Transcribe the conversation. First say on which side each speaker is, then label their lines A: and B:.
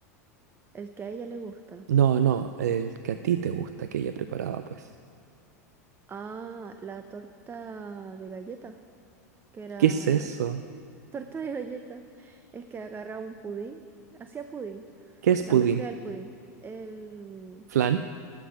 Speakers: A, on the right; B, on the right.
A: El que a ella le gusta.
B: No, no, el que a ti te gusta que ella preparaba, pues.
A: Ah, la torta de galleta, que era
B: ¿Qué es eso?
A: <laughs> torta de galleta. Es que agarraba un pudín, hacía pudín,
B: ¿Qué es pudín?
A: la mezcla del pudín. el
B: ¿Flan?